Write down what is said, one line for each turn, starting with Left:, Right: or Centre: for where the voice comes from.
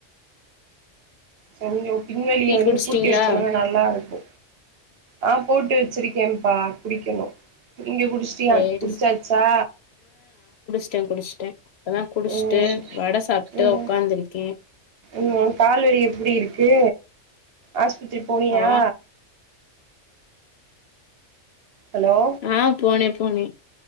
Right: சரிங்கோ பின்வழிய
Left: டீ
Right: வந்து
Left: குடிச்சிட்டீங்களா?
Right: பூட்டி வச்சோன்னா நல்லா இருக்கோ ஆ போட்டு வச்சிருக்கேபா குடிக்கணோ இங்க குடிஸ்டியா
Left: சரி,
Right: குடிச்சாச்சா
Left: சே குடிஸ்டே இப்பதா குடிச்சுட்டு
Right: ம்
Left: வட சாப்புட்டு
Right: ம்
Left: உக்காந்துருக்கே
Right: ம் கால்வலி எப்பிடி இருக்கு ஆஸ் பத்தி போனியா
Left: ஆ.
Right: ஹலோ
Left: ஆஹ் போனே போனே